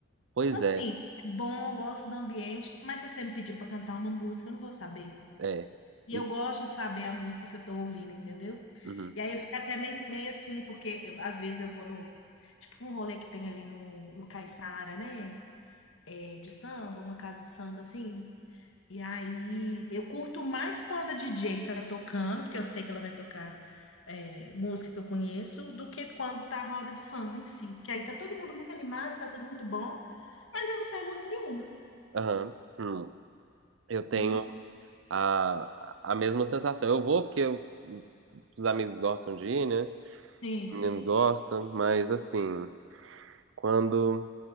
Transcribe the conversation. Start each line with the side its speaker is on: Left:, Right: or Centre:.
Right: Pois
Left: assim,
Right: é,
Left: é bom, eu gosto do ambiente, mas se você me pedir para cantar uma música, eu não vou saber.
Right: é.
Left: E
Right: E-
Left: eu gosto de saber a música que eu tô ouvindo, entendeu?
Right: uhum,
Left: E aí eu fico até meio, meio assim, porque eu- às vezes eu vou no. Tipo um rolê que tem ali no, no Caiçara, né? É, de samba, uma casa de samba assim. E aí eu curto mais quando a DJ tá tocando, porque eu sei que ela vai tocar é, música que eu conheço, do que quando tá a roda de samba em si. Porque aí tá todo mundo muito animado, tá tudo muito bom, mas eu não sei música nenhuma,
Right: aham, hum. Eu tenho
Left: entendeu?
Right: a, a mesma sensação. Eu vou porque eu- os amigos gostam de ir, né?
Left: Sim.
Right: Os meninos gostam, mas assim, quando